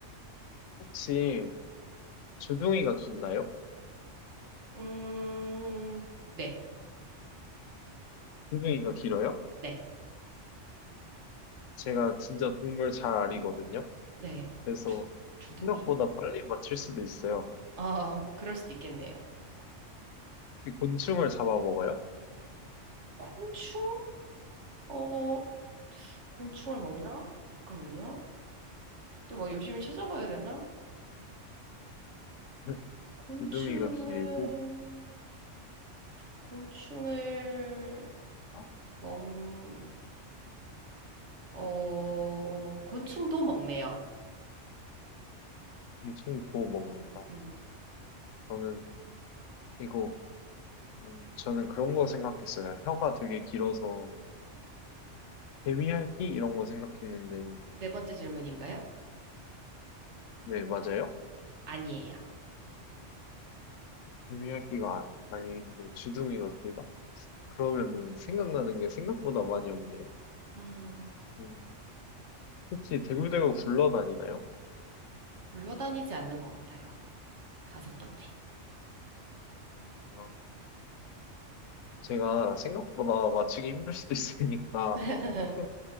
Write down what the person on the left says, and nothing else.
혹시, 주둥이가 긴가요?
주둥이가 길어요?
제가 진짜 동물 잘 아리거든요?
그래서
생각보다 빨리 맞출 수도 있어요.
혹시 곤충을 잡아먹어요?
<laughs>
주둥이가 길고,
아,
곤충이 보고 먹는다.
저는, 이거, 음, 저는 그런 거 생각했어요. 혀가 되게 길어서, 개미핥기 이런 거 생각했는데
네 맞아요?
개미핥기가 아, 아닌데 주둥이가 길다? 그러면은 생각나는 게 생각보다 많이 없네요.
음, 혹시 대굴대굴 굴러다니나요?
아, 제가 생각보다 맞추기 힘들 수도 있으니까
조금